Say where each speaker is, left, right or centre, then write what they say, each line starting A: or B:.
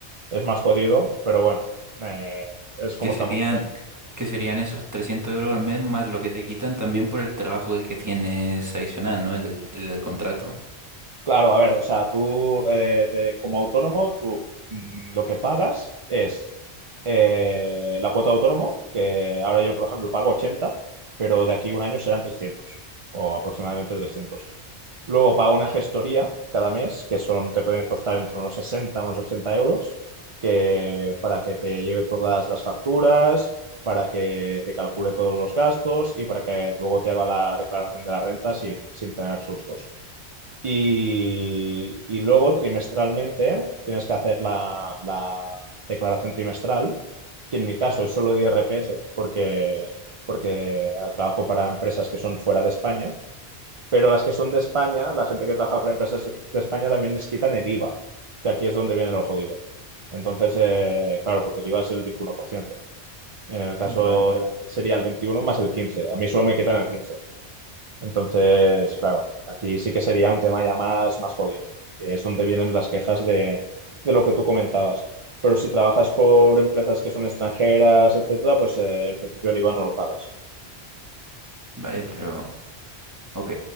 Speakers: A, on the right; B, on the right.
A: es más jodido, pero bueno, eh, es como
B: que
A: estamos.
B: serían,
A: ahora.
B: que serían esos 300 euros al mes más lo que te quitan también por el trabajo que tienes adicional, ¿no? El del, el del contrato.
A: Claro, a ver, o sea, tú eh, de- como autónomo, tú mm, lo que pagas es eh, la cuota de autónomo, que ahora yo, por ejemplo, pago 80 pero de aquí a un año serán 300 o aproximadamente trescientos Luego pago una gestoría cada mes, que son, te puede costar entre unos 60 unos 80 euros, que, para que te lleve todas las facturas, para que te calcule todos los gastos y para que luego te haga la declaración de la renta sin, sin tener sustos. Y, y luego trimestralmente tienes que hacer la, la declaración trimestral, que en mi caso es solo de IRPF, porque, porque trabajo para empresas que son fuera de España pero las que son de España, la gente que trabaja para empresas de España también les quitan el IVA, que aquí es donde viene lo jodido. Entonces, eh, claro, porque el IVA es el 21%. En el caso
B: Vale,
A: sería el 21 más el 15. A mí solo me quitan el 15. Entonces, claro, aquí sí que sería un tema ya más, más jodido, que es donde vienen las quejas de, de lo que tú comentabas. Pero si trabajas por empresas que son extranjeras, etcétera, pues eh, en principio el IVA no lo pagas.
B: vale, pero Ok,